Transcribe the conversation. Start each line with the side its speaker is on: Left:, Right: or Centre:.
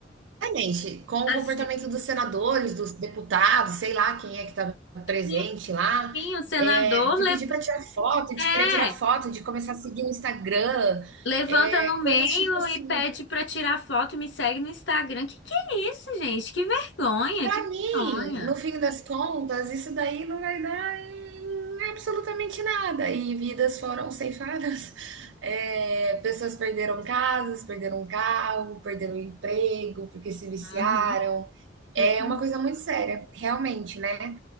Right: Exatamente. Com
Left: Assim,
Right: o comportamento dos senadores, dos deputados, sei lá quem é que está presente
Left: sim,
Right: lá,
Left: sim, o senador
Right: eh, de
Left: le-
Right: pedir para tirar foto, de
Left: é.
Right: querer tirar foto, de começar a seguir no Instagram,
Left: Levanta
Right: eh,
Left: no
Right: coisas
Left: meio
Right: tipo assim.
Left: e pede pra tirar foto e me segue no Instagram. Que que é isso, gente? Que vergonha,
Right: Para
Left: que
Right: mim,
Left: vergonha.
Right: no fim das contas, isso daí não vai dar em absolutamente nada. E vidas foram ceifadas. Eh, pessoas perderam casas, perderam carro, perderam emprego porque se viciaram.
Left: Uhum, justamente.
Right: É uma coisa muito séria, realmente, né?